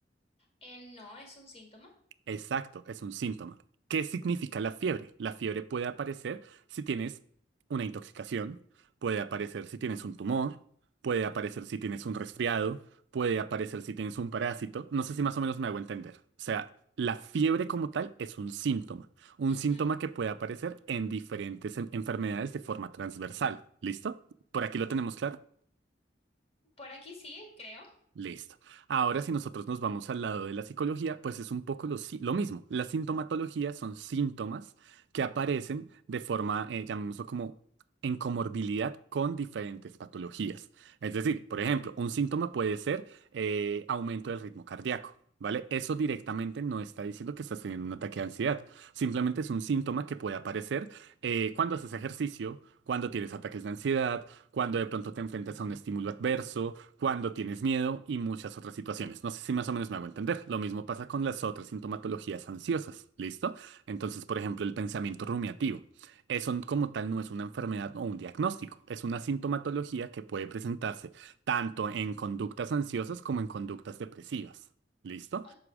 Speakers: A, on the left; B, on the right.
A: Eh, no es un síntoma.
B: Exacto, es un síntoma. ¿Qué significa la fiebre? La fiebre puede aparecer si tienes una intoxicación, puede aparecer si tienes un tumor, puede aparecer si tienes un resfriado, puede aparecer si tienes un parásito. No sé si más o menos me hago entender. O sea, la fiebre como tal es un síntoma, un
A: Ujú.
B: síntoma que puede aparecer en diferentes en- enfermedades de forma transversal. ¿Listo? ¿Por aquí lo tenemos claro?
A: Por aquí sí creo.
B: Listo. Ahora, si nosotros nos vamos al lado de la psicología, pues es un poco lo, si- lo mismo. La sintomatología son síntomas que aparecen de forma, eh, llamémoslo como en comorbilidad con diferentes patologías. Es decir, por ejemplo, un síntoma puede ser eh, aumento del ritmo cardíaco, ¿vale? Eso directamente no está diciendo que estás teniendo un ataque de ansiedad. Simplemente es un síntoma que puede aparecer eh, cuando haces ejercicio, cuando tienes ataques de ansiedad, cuando de pronto te enfrentas a un estímulo adverso cuando tienes miedo y muchas otras situaciones. No sé si más o menos me hago entender. Lo mismo pasa con las otras sintomatologías ansiosas, ¿listo? Entonces, por ejemplo, el pensamiento rumiativo. Eso como tal no es una enfermedad o un diagnóstico, es una sintomatología que puede presentarse tanto en conductas ansiosas como en conductas depresivas. ¿Listo?
A: Ok,